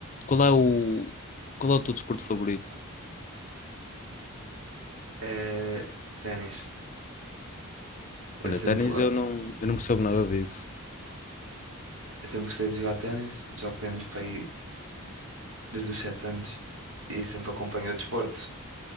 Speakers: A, on the left (about 35°); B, on the right (about 65°).
A: Qual é o, qual é o teu desporto favorito?
B: É, ténis. Eu
A: Olha,
B: sempre,
A: ténis
B: go-
A: eu não, eu não percebo nada disso.
B: eu sempre gostei de jogar ténis. Jogo ténis para aí desde os 7 anos. E sempre acompanhei o desporto.